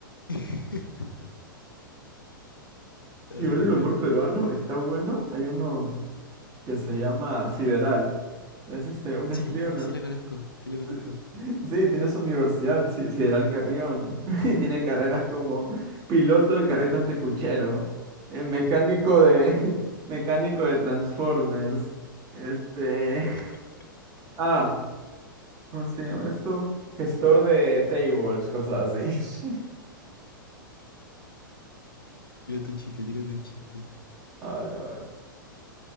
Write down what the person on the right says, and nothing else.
<laughs>
Igual
el humor
peruano está bueno. Hay uno que se llama Sideral. Es este, un
streamer.
Sí, sí, tiene su universidad, Si- Sideral Carrión. <laughs> Y tiene carreras
como piloto de carreta antecuchero, eh, mecánico de, <laughs> mecánico de Transformers. Este.
<laughs> Ah, ¿Cómo se llama esto? Gestor de tables, cosas así. <laughs>
A ver, a ver.